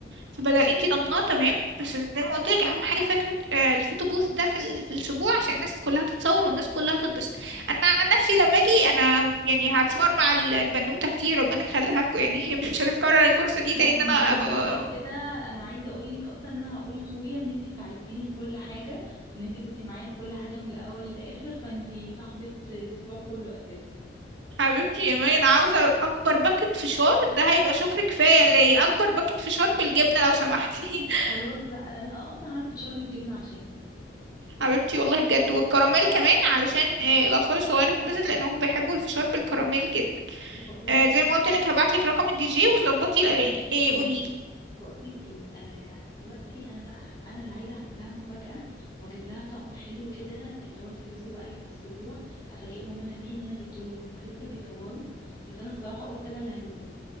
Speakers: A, on the right; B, on the left.
A: فبدل انت ضمناه تمام بس زي ما قلت لك اهم حاجة فكرة آه، الفوتو بوث ده في ال- في الاسبوع عشان الناس كلها تتصور والناس كلها تتبسط انا عن نفسي لما اجي انا يعني هتصور مع ال- البنوتة كتير ربنا يخليها لكم يعني هي مش هتتكرر الفرصة دي
B: لا
A: تاني ان
B: انت
A: انا
B: كده
A: ابقى
B: كده انا عايزه اقول لك اصلا ان انا هقول لاخويا ان انت ساعدتيني في كل حاجه وان انت كنت معايا في كل حاجه من الاول للاخر فانت صاحبه الاسبوع كله اساسا
A: حبيبتي يا مي انا عاوزة اكبر باكت فشار ده هيبقى شكر كفاية ليا اكبر باكت فشار بالجبنة لو سمحتي <laughs>
B: خلاص لا انا أنا اصلا عامل فشار بالجبنه عشانك
A: حبيبتي والله بجد والكراميل كمان علشان آه، الاطفال الصغيره تتبسط لانهم بيحبوا الفشار بالكراميل جدا
B: بقول
A: آه،
B: لك
A: زي ما قلت لك هبعت لك رقم الدي جي وظبطي الاغاني آه،
B: انا
A: قولي لي
B: بقول لك ايه آه دلوقتي انا بقى انا اللي عايزه اعمل لها مفاجاه واجيب لها طقم حلو كده اللي هو تلبسه بقى يوم الاسبوع افاجئهم انا بيه ان انا جبته لهم هم لسه بيدوروا بس انا الصراحه قلت انا اللي هجيبه